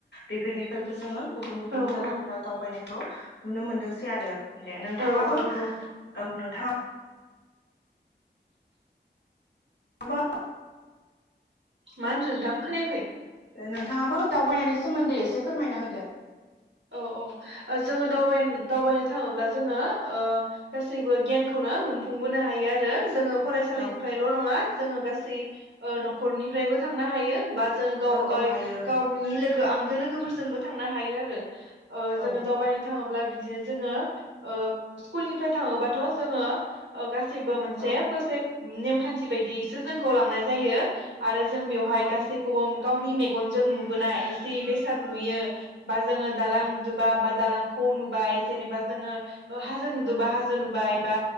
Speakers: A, on the left (about 70°); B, on the right (about 80°).
A: बेफोरनिफ्रायबो जोङो गुबुन गुबुन
B: औ
A: जायगाफोराव
B: औ
A: दावबायनायखौ नुनो मोनदोंसै आरो दे नोंथाङाबो
B: औ औ नंगौ
A: औ नोंथाङा बो
B: मा होनदों नोंथां खोनायाखै
A: नोंथाङाबो दावबायनायनि सोमोन्दै एसे फोरमायना होदो
B: औ औ जोङो दावबा-दावबायनो थाङोब्ला जोङो गासैबो गियानखौनो मोनफुंबोनो हायो आरो जोङो फरायसालिनिफ्रायल'
A: औ
B: नङा जोङो गास गासै ओ न'खरनिफ्रायबो थांनो हायो बा जोंङो गाव-गाव-गावनि
A: औ औ हायो
B: लोग गो आंगो लोगोफोरजोंबो थांनो हायो आरो ओ
A: औ
B: जोङो दावबायनो थाङोब्ला बिदिनो जोङो ओ सकुलनिफ्राय थाङोबाथ जोंङो ओ गास सिबो मोनसे
A: औ
B: प्रजेक्ट नेमखान्थि बायदिसो जोंखौ लांनाय जायो । आरो जों बेवहाय
A: औ
B: गासैखौबो गावनि मेगनजों नुबोनाय जि बेसाद नुयो बा जोङो दालां
A: औ
B: नुदोंबा बा दालांखौ नुबाय जेनेबा जोङो हाजो नुदोंबा
A: औ
B: हाजो नुबाय बा